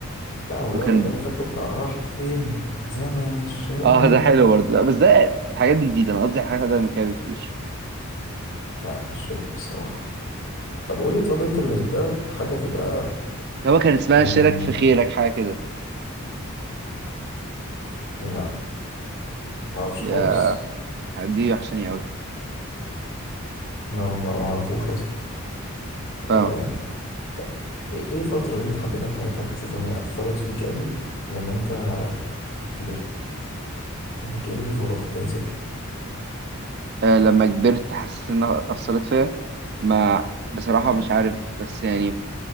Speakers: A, on the left; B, on the right.
A: لا هو
B: وكان
A: اللي انا اللي انا فاكره بتاع راح فين زمن الشقاوه
B: اه ده حلو برضه لا، بس ده الحاجات دي جديدة انا قصدي على حاجات قديمة كده بكتير
A: لا مش فاكر الصراحه طب قول لي طب انت بالنسبه لك حاجه تبقى
B: اللي هو كان اسمها
A: يعني
B: شارك في خيرك حاجة كده
A: لا ما اعرفش
B: يا
A: خالص
B: دي وحشاني
A: ما ما ما اعرفوش اصلا
B: قوي
A: ابدا يعني طب ايه إيه الفترة اللي انت حبيتها في حياتك حسيت ان هي اثرت فيك قوي لما انت كبرت ك- كأن في فراغ كده سبته
B: آه، لما كبرت حسيت انها اثرت فيا ما بصراحه
A: مم.
B: مش عارف بس يعني